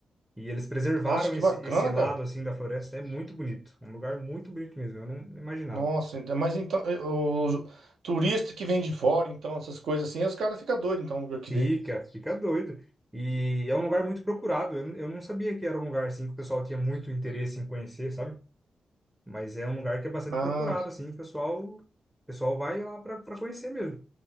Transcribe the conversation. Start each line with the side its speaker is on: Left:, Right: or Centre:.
Centre: E eles preservaram
Right: nossa, que
Centre: esse,
Right: bacana,
Centre: esse lado
Right: cara.
Centre: assim da floresta. É muito bonito. Um lugar muito bonito mesmo. Eu não imaginava.
Right: Nossa, ent- mas então, eh, o turista que vem de fora, então, essas coisas assim, os caras ficam doidos, então, o que
Centre: Fica,
Right: vê.
Centre: fica doido. E é um lugar muito procurado. Eu, n- eu não sabia que era um lugar assim que o pessoal tinha muito interesse em conhecer, sabe? Mas é um lugar que é bastante
Right: Ah,
Centre: procurado, assim, o pessoal, o pessoal vai lá para conhecer mesmo.